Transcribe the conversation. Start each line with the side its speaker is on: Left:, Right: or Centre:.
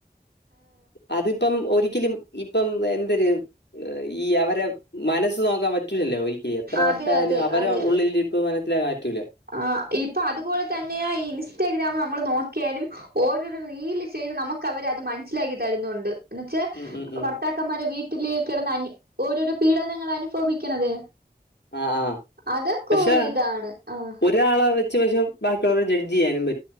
Left: അതിപ്പം ഒരിക്കലും ഇപ്പം എന്തര് ഈ അവരെ മനസ്സ് നോക്കാൻ പറ്റൂലല്ലോ ഒരിക്കലും എത്ര
Right: അതെ
Left: വർഷായാലും
Right: അതെ
Left: അവരെ
Right: അതെ
Left: ഉള്ളിലിരി പ്പ് മനസിലാക്കാൻ പറ്റൂല.
Right: ആഹ് ഇപ്പൊ അതുപോലെ തന്നെയാ ഈ ഇൻസ്റ്റഗ്രാമ് നമ്മള് നോക്കിയാലും ഓരോരോ റീല് ചെയ്ത് നമുക്കവര് അത് മനസ്സിലാക്കി തരുന്നുണ്ട്. എന്ന് വെച്ചാ
Left: ഉം ഉം ഉം
Right: ഭർത്താക്കന്മാരെ വീട്ടില് കെടന്ന് അനു ഓരോരോ പീഡനങ്ങള് അനുഫവിക്കെണത്.
Left: ആഹ് ആഹ്
Right: അതൊക്കോ
Left: പക്ഷെ
Right: ഒരിതാണ്. ആഹ്
Left: ഒരാളെ വെച്ച് പക്ഷെ ബാക്കിയുള്ളൊരെ ജഡ്ജെയ്യാനും പ